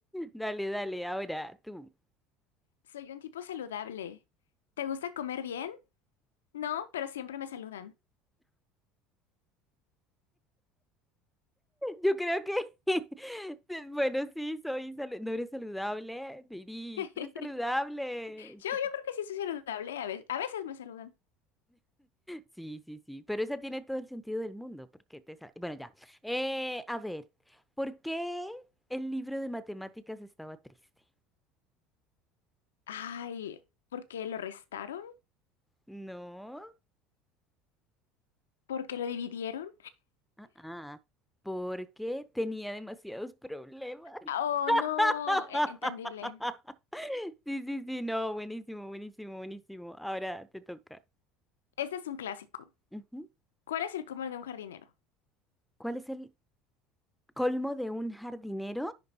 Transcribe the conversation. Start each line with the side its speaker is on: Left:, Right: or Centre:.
Centre: Dale, dale, ahora tú.
Left: Soy un tipo saludable. ¿Te gusta comer bien? No, pero siempre me saludan.
Centre: Yo creo que, <laughs> bueno, sí, soy salu- no eres saludable, Viri,
Left: <laughs>
Centre: tú
Left: Yo,
Centre: eres saludable.
Left: yo
Centre: <laughs>
Left: creo que sí soy saludable. A veces, a veces me saludan.
Centre: Sí, sí, sí, pero esa tiene todo el sentido del mundo, porque te... sa- Bueno, ya. Eh, a ver, ¿por qué el libro de matemáticas estaba triste?
Left: Ay, ¿por qué lo restaron?
Centre: No,
Left: ¿Por qué lo dividieron?
Centre: ah, ah, porque tenía demasiados problemas.
Left: Oh, no,
Centre: <laughs>
Left: e- entendible.
Centre: Sí, sí, sí, no, buenísimo, buenísimo, buenísimo. Ahora te toca.
Left: Este es un clásico.
Centre: Ujú.
Left: ¿Cuál es el comer de un jardinero?
Centre: ¿Cuál es el colmo de un jardinero.